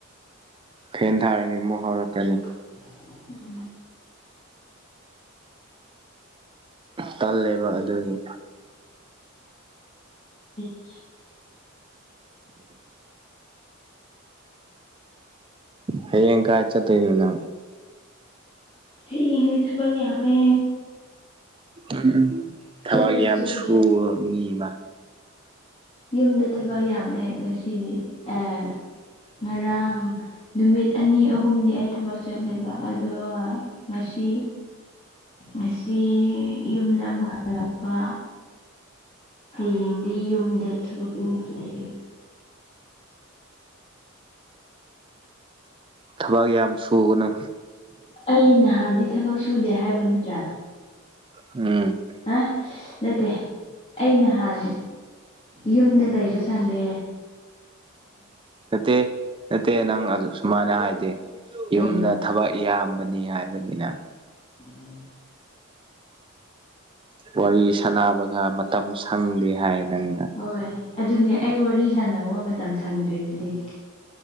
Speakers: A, on the right; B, on the left.
A: ꯐꯦꯟ ꯊꯥꯔꯅꯤ ꯃꯣꯍꯛ ꯀꯅꯤ
B: ꯎꯝ
A: ꯇꯜꯂꯦꯕ ꯑꯗꯨꯒꯤ
B: <inaudible>
A: ꯍꯌꯦꯡ ꯀ ꯆ ꯇꯅ
B: ꯍ ꯍꯗꯤ ꯊꯕ ꯑꯃꯝꯃꯦ
A: ꯎꯝ ꯎꯝ ꯊꯕꯏꯒꯤ
B: ꯆꯠꯇꯤ
A: ꯌꯥꯝ
B: ꯆꯠꯂꯣꯏ
A: ꯁꯨꯕ ꯃꯤ ꯑꯃ
B: ꯌꯨꯝꯗ ꯊꯕꯛ ꯌꯥꯝꯃꯦ ꯉꯁꯤꯗꯤ
A: ꯑ
B: ꯑꯦ ꯉꯔꯥꯡ ꯅꯨꯃꯤꯠ ꯑꯅꯤ ꯑꯍꯨꯝꯗꯤ ꯑꯩ ꯊꯕꯛ ꯆꯠꯂꯦꯕ ꯑꯗꯨꯒ ꯉꯁꯤ ꯉꯁꯤ ꯌꯨꯝꯗ ꯑꯃꯨꯛ ꯍꯜꯂꯛꯄ ꯍꯌꯦꯡꯗꯤ ꯌꯨꯝꯗ ꯊꯕꯛ ꯂꯩꯔꯦ
A: ꯊꯕꯛ ꯌꯥꯝ ꯁꯨꯒꯅꯨ
B: ꯑꯩ ꯅꯍꯥꯟꯗꯤ ꯊꯕꯛ ꯁꯨꯗꯦ ꯍꯥꯏꯕ ꯅꯠꯇ꯭ꯔꯥ
A: ꯎꯝ
B: ꯑ ꯅꯠꯇꯦ ꯑ ꯅꯍꯥꯟ ꯌꯨꯝꯗ ꯂꯩꯕ ꯆꯪꯗꯦ
A: ꯅꯠꯇꯦ ꯅꯠꯇꯦ ꯅꯪ ꯑꯗꯨ ꯁꯨꯃꯥꯏꯅ ꯍꯥꯏꯗꯤꯦ
B: ꯀꯩꯅꯣ
A: ꯌꯨꯝꯗ ꯊꯕꯛ ꯏꯌꯥꯝꯕꯅꯤ ꯍꯥꯏꯕꯅꯤꯅ
B: ꯎꯝ ꯎꯝ
A: ꯋꯥꯔꯤ ꯁꯥꯟꯅꯕꯒ ꯃꯇꯝ ꯁꯪꯗꯦ ꯍꯥꯏ ꯅꯪꯅ
B: ꯍꯣꯏ ꯑꯗꯨꯅꯦ ꯑꯩ ꯋꯥꯔꯤ ꯁꯥꯟꯅꯕꯒ ꯃꯇꯝ ꯁꯪꯗ꯭ꯔꯤꯗꯨꯗꯤ